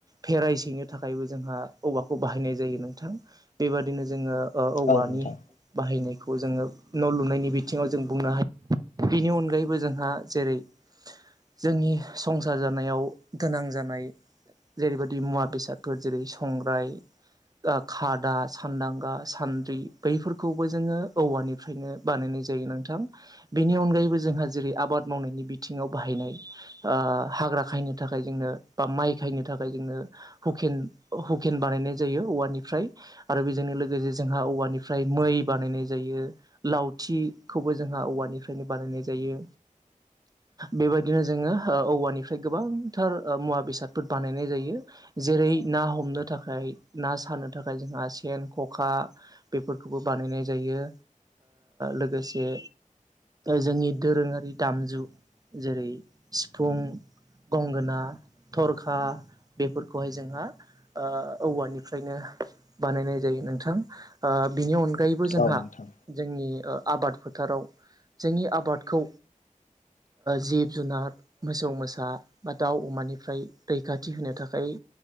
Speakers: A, on the right; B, on the left.
A: भेराय सैनो थाखायबो जोंहा औवाखौ बाहायनाय जायो नोंथां बेबादिनो जोङो औवानि
B: औ नोंथां
A: बाहायनायखौ जोङो न' लुनायनि बिथिङाव जों बुंनो हायो बिनि अनगायैबो जोंहा जेरै जोंनि संसार जानायाव गोनां जानाय जेरैबायदि मुवा बेसादफोर जेरै संग्राय खादा सानदांगा सान्द्रि बैफोरखौबो जोङो औवानिफ्रायनो बानायनाय जायो नोंथां बेनि अनगायैबो जोंहा जेरै आबाद मावनायनि बिथिङाव बाहायनाय हाग्रा खायनो थाखाय जोंनो बा माइ खायनो थाखाय जोंनो हुकेन हुकेन बानायनाय जायो औवानिफ्राय आरो बेजोंनो लोगोसे जोंहा औवानिफ्राय मै बानायनाय जायो लावथिखौबो जोंहा औवानिफ्रायनो बानायनाय जायो बेबायदिनो जोङो औवानिफ्राय गोबांथार मुवा बेसादफोर बानायनाय जायो जेरै ना हमनो थाखाय ना सानो थाखाय जोंहा सेन ख'खा बेफोरखौबो बानायनाय जायो लोगोसे जोंनि दोरोङारि दामजु जेरै सिफुं गंगोना थरखा बेफोरखौहाय जोंहा ओ औवानिफ्रायनो बानायनाय जायो नोंथां बिनि अनग फगायबो जोंहा
B: औ नोंथां
A: जोंनि आबाद फोथाराव जोंनि आबादखौ जिब जुनार मोसौ मोसा बा दाउ अमानिफ्राय रैखाथि होनो थाखाय